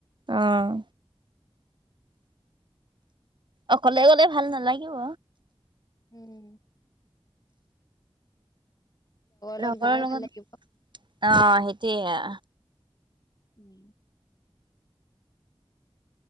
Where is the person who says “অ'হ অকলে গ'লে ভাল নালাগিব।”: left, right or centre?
Right